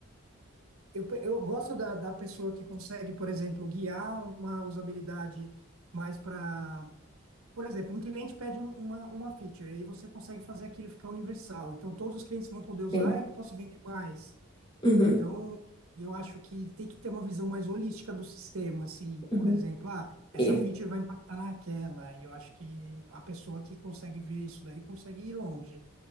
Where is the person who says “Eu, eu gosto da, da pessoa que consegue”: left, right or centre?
Right